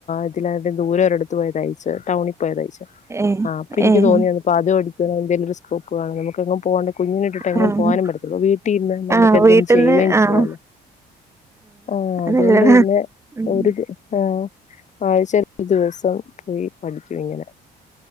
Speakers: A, on the left; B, on the right.
A: ഇതിലയിട്ട് ദൂര ഒരിടത്ത് പോയ തൈച്ചെ ടൗണിൽ. പോയി തൈച്ചേ
B: ഏഹ്
A: ആ അപ്പൊ എനി ക്ക്
B: ഏഹ്
A: തോന്നി <unintelligible> കുഞ്ഞിനെ ഇട്ടിട്ട് നമുക്ക് എങ്ങും
B: ആഹ്
A: പോകാനും പറ്റത്തി ല്ല വീട്ടിൽ ഇരുന്ന് നമുക്ക്
B: ആഹ്
A: എന്തേലും
B: വീട്ടിന്ന്
A: ചെയ്യുകയും ചെയ്യാലോ?
B: ആഹ്
A: ആഹ്
B: അത്
A: അതു
B: നല്ലതാ
A: കൊണ്ട് പിന്നെ
B: ഉം
A: ഒരു ആഹ് ആഴ്ച ഒരു ദിവസം പോയി പഠിക്കും ഇങ്ങനെ.